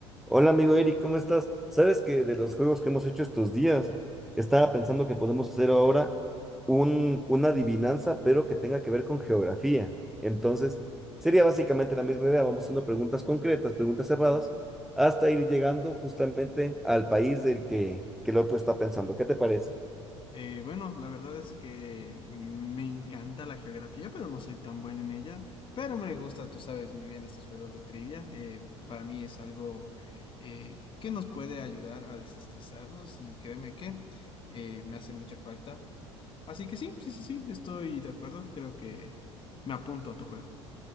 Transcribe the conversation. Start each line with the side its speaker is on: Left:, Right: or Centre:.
Centre: Hola amigo Eric, ¿cómo estás? Sabes que de los juegos que hemos hecho estos días, estaba pensando que podemos hacer ahora un, una adivinanza, pero que tenga que ver con geografía. Entonces, sería básicamente la misma idea. Vamos haciendo preguntas concretas, preguntas cerradas, hasta ir llegando justamente al país del que, que el otro está pensando. ¿Qué te parece?
Left: Eh, bueno, la verdad es que me encanta la geografía, pero no soy tan buen en ella. Pero me gusta, tú sabes muy bien, estos juegos de trivia. eh, para mí es algo eh, que nos puede ayudar a desestresarnos y créeme que eh, me hace mucha falta. Así que sí, sí, sí, sí, estoy de acuerdo. Creo que me apunto a tu juego.